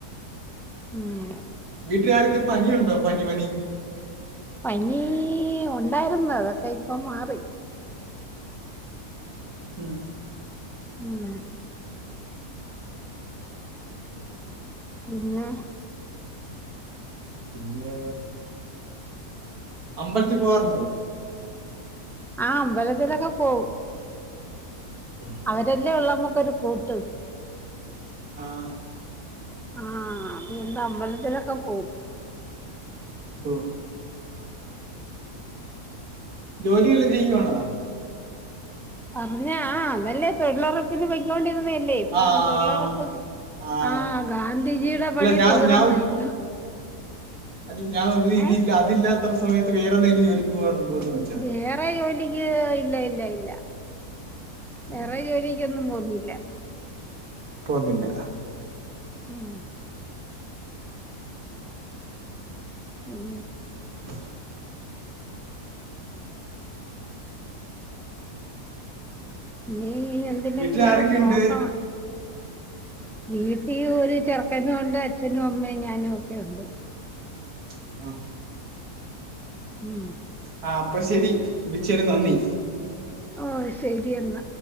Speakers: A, in the centre; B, on the right.
A: ഉം
B: വീട്ടിൽ ആർക്കും പനിയുണ്ടോ പനി പനി
A: പനി ഉണ്ടായിരുന്നു അതൊക്കെ ഇപ്പൊ മാറി
B: ഉം
A: ഉം പിന്നെ
B: പിന്നെ അമ്പലത്തിൽ പോകറുണ്ടോ
A: ആ അമ്പലത്തിലൊക്കെ പോവും
B: ഓ
A: അവരെല്ലേ ഉള്ള നമുക്കൊരു കൂട്ട്
B: ആഹ
A: ആഹ് അതുകൊണ്ട് അമ്പലത്തിലൊക്കെ പോകവും
B: ഹോ ജോലിവല്ലോ ചെയ്യുവാണോ?
A: പറഞ്ഞാ ആ അതന്നെ തൊഴിലുറപ്പിന് പോയ്ക്കോണ്ടിരുന്നല്ലേ ഇപ്പം
B: ആഹ്
A: തൊഴിലുറപ്പ്
B: ആഹ്
A: ആഹ ഗാന്ധിജിയുടെ പണി
B: ഞാൻ
A: തീർന്ന്
B: ഞാൻ
A: ഇനി
B: അല്ല ഞാൻ ഇതില്ല
A: ഏ
B: അതില്ലാത്ത സമയത്ത് വേറെ എന്തെങ്കിലും ജോലിക്ക് പോകാറുണ്ടോ എന്ന് പറ
A: വേറെ ജോലിക്ക് ഇല്ല ഇല്ല ഇല്ല
B: ഇല്ല
A: വേറെ ജോലിക്കൊന്നും പോന്നില്ല.
B: പോകുന്നില്ല.
A: ഉം ഉം
B: <inaudible>
A: ഇനി എന്തിനെങ്കിലുംക്കെ
B: വീട്ടിൽ ആരൊക്കെയുണ്ട്
A: നോക്കണം. വീട്ടിൽ ഒരു ചെറുക്കനും ഉണ്ട് അച്ഛനും അമ്മയും ഞാനും ഒക്കെ ഉണ്ട്.
B: ഒക്കെ
A: ഉം
B: ആ അപ്പൊ ശെരി വിളിച്ചേന് നന്ദി.
A: ഓ ശരിയെന്നാ